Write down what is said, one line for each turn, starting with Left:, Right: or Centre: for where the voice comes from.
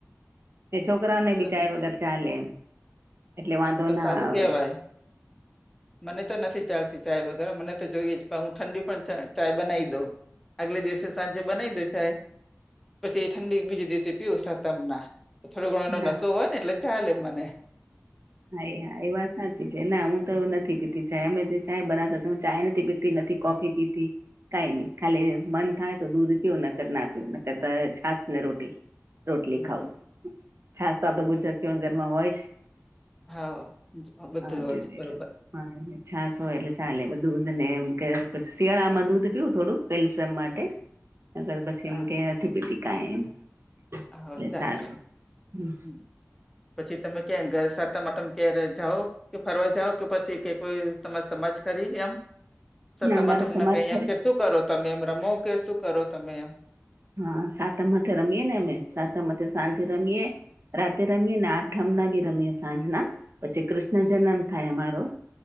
Right: તો
Centre: હમ.
Right: છોકરાઓને બી
Centre: તો
Right: ચાય વગર ચાલેે એમ એટલે વાંધો
Centre: હા તો
Right: ના
Centre: સારું
Right: આવે
Centre: કેવાય મને તો નથી ચાલતી ચાય વગેરે મને તો જોઈએ જ પણ હું ઠંડી પણ ચા ચાય બનાવી દઉં આગલે દિવસે સાંજે બનાવી દય ચાય પછી ઠંડી બીજ દિવસે પીવું સાતમ ના થોડો ઘણો એનો
Right: ના
Centre: નસો હોય ને એટલે ચાલે મને
Right: હા એ હા એ વાત સાચી છે ના હું તો નથી પીતી ચાય અમે જે ચાય બનાતા હું ચાય નથી પી તી નથી કોફી પીતી કઈ નહી ખાલી મન થાય તો દૂધ પીવ નકર ના પીવ નકરતા છાસ ને રોટી રોટલી
Centre: હમ,
Right: ખાવું છાસ તો આપડ
Centre: હમ.
Right: ગુજરાતીઓ ના ઘરમાં હોય જ
Centre: હા બધું
Right: હા
Centre: હોય
Right: દધી
Centre: બરોબર
Right: હા એ છાસ હો એટલે ચાલે દૂધ
Centre: હમ,
Right: ને એમ કે પછી શિયાળામાં દૂધ પીવું થોડુંક કેલ્શિયમ માટે. નકર પછી
Centre: હા
Right: એમ કે નથી પીતી. કાંઈ એમ, એટલે
Centre: હા, ચાલે
Right: સારું. હમ્મ.
Centre: હમ. પછી તમે ક્યાંય ઘર સાતમ આઠમ ક્યારે જાઓ? કે ફરવા જાવ કે પછી કે કોઈ તમાર સમાજ કરી એમ. સતમ
Right: ના અમારે
Centre: આઠમને
Right: સમાજ
Centre: કાંઈ
Right: ખરે
Centre: એમ કે શું કરો તમે એમ રમો કે શું કરો તમે એમ?
Right: હા. સાતમથે રમીએ ને અમે. સાતમથે સાંજે રમીએ. રાતે રમીએ ને આઠમ ના ભી રમીએ સાંજના. પછી કૃષ્ણ જન્મ થાય અમારો.